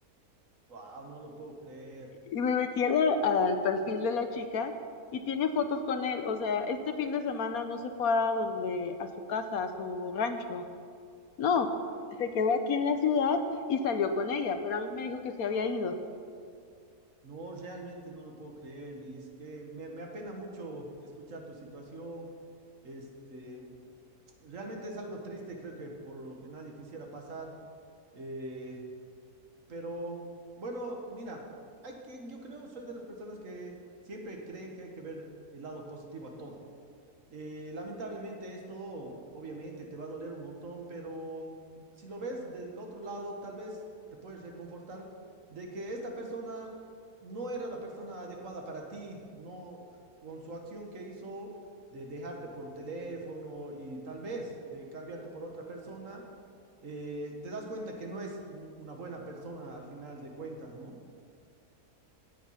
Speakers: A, on the right (about 55°); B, on the left (about 70°).
A: Wow, no lo puedo creer.
B: Y me metí a la- al perfil de la chica y tiene fotos con él. O sea, este fin de semana no se fue a donde, a su casa, a su rancho. No, se quedó aquí en la ciudad y salió con ella, pero a mí me dijo que se había ido.
A: No, realmente no lo puedo creer, Liz. Que me, me apena mucho escuchar tu situación. Este, realmente es algo triste, creo que por lo que nadie quisiera pasar. Eh, Pero bueno, mira, hay que, yo creo, soy de las personas que siempre cree que hay que ver el lado positivo a todo. Eh, lamentablemente esto obviamente te va a doler un montón, pero si lo ves del otro lado, tal vez te puedes reconfortar de que esta persona no era la persona adecuada para ti, no con su acción que hizo de dejarte por teléfono y tal vez de cambiarte por otra persona, eh, te das cuenta que no es mm, una buena persona al final de cuentas, ¿no?